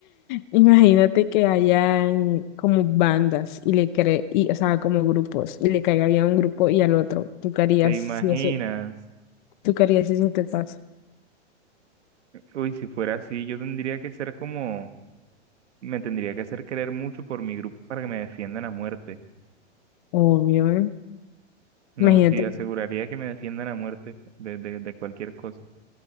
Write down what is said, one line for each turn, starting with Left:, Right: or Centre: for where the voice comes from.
Left: Imagínate que hayan como bandas y le cree, y, o sea, como grupos, y le caiga bien a un grupo y al otro. ¿Tú qué harías
Right: ¿Te imaginas?
Left: si eso, tú qué harías si eso te pasa?
Right: Uy, si fuera así, yo tendría que ser como, me tendría que hacer querer mucho por mi grupo para que me defiendan a muerte.
Left: Obvio, ¿eh?
Right: No,
Left: Imagínate
Right: sí, aseguraría que me defiendan a muerte de, de, de cualquier cosa.